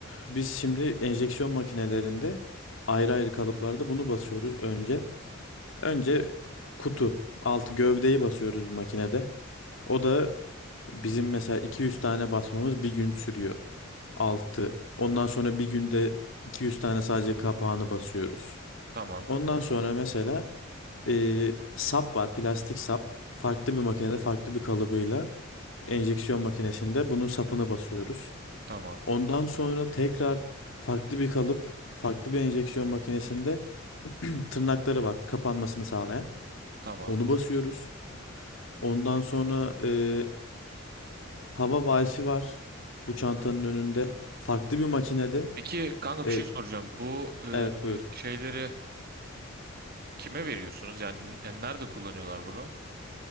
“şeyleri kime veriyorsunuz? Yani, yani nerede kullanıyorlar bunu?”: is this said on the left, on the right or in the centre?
Right